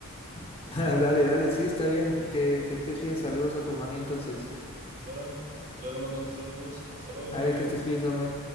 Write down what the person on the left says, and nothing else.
<laughs> Dale, dale, sí, está bien, que, que estés bien, saludos a tu mami entonces.
Dale,
que estés bien, Samuel.